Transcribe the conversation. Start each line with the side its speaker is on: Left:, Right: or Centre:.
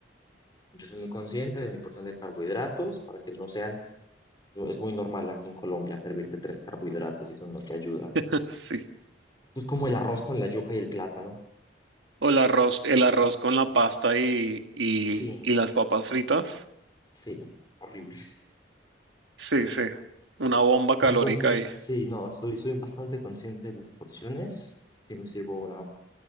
Left: Yo soy muy consciente de mi porción de carbohidratos para que no sean No, Es muy normal aquí en Colombia servirte tres carbohidratos y eso no te ayuda.
Right: <laughs> sí.
Left: Eso es como el arroz con la yuca y el plátano.
Right: O el arroz, el arroz con la pasta y, y,
Left: Sí,
Right: y las papas fritas,
Left: sí. Horrible.
Right: sí, sí, una bomba calórica
Left: Entonces,
Right: ahí.
Left: sí, no, soy, soy bastante consciente de las porciones. Sí me sirvo una